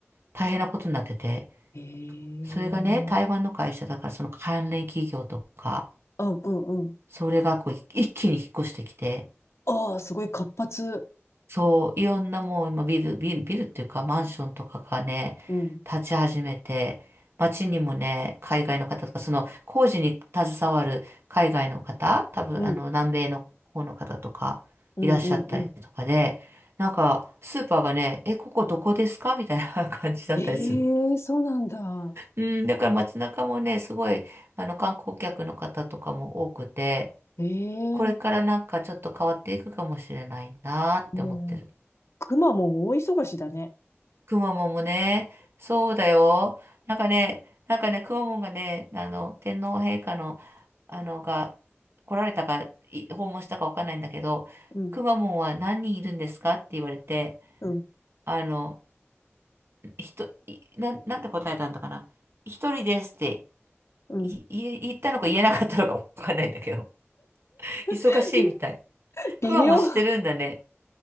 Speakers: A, on the right; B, on the left.
A: 大変なことになってて、
B: ええ
A: それがね、台湾の会社だからその関連企業とか、
B: うんうんうん。
A: それがこうい一気に引っ越してきて、
B: ああ、すごい活発。
A: そう、いろんなもう今ビル、ビル、ビルっていうかマンションとかがね、
B: うん。
A: 立ち始めて、街にもね、海外の方とか、その工事に携わる海外の方、多分あの南米の方の方とかいらっしゃったりとかで、
B: うん。うんうんうん。
A: なんかスーパーがね、え、ここどこですかみたいな <laughs> 感じだったりする。
B: ええそうなんだ。
A: うん、だから街中もね、すごいあの観光客の方とかも多くて、
B: ええ
A: これからなんかちょっと変わっていくかもしれないなーって思ってる。
B: もうくまモン大忙しだね。
A: くまモンもね、そうだよ。なんかね、なんかね、くまモンがね、あの、天皇陛下の、あの、が来られたか、い訪問したかわかんないんだけど、
B: うん、
A: くまモンは何人いるんですかって言われて、
B: うん、
A: あの、ひと、いなん、なんて答えたんだかな。一人ですって
B: うん。
A: い、い言ったのか言えなかったのかわかんないんだけど。<laughs> 忙しいみたい。
B: <laughs> 微妙、
A: くまモンしてるんだね。